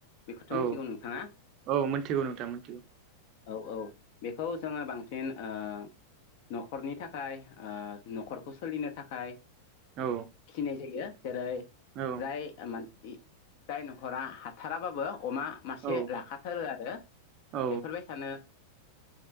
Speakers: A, on the left; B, on the right.
A: बेखौथ'
B: औ
A: मिथिगौ नोंथाङा
B: औ मिथिगौ नोंथां मिथिगौ
A: औ औ बेखौ जोङो बांसिन ओ नखरनि थाखाय नखरखौ सोलिनो थाखाय
B: औ
A: फिसिनाय जायो जेरै
B: औ
A: जाय मानसि जाय नखरा हाथाराबाबो अमा मासे
B: औ
A: लाखाथारो आरो
B: औ
A: बेफोरबायसानो